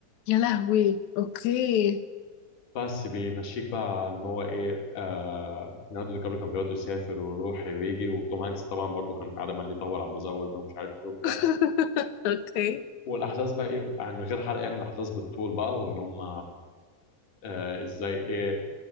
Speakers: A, on the left (about 70°); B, on the left (about 85°).
A: يا لهوي اوكي
B: بس بيمشيك بقى ان هو ايه آه ليوناردو دي كابريو كان بيقعد يسافر ويروح ويجي وتوم هانكس طبعا برضو كان قاعد عمال يدور على المزور ده ومش عارف ايه وبتاع
A: <laughs> اوكي
B: والاحداث بقى ايه بقى من غير حرق يعني الاحداث بالطول بقى وان هم آه ازاي ايه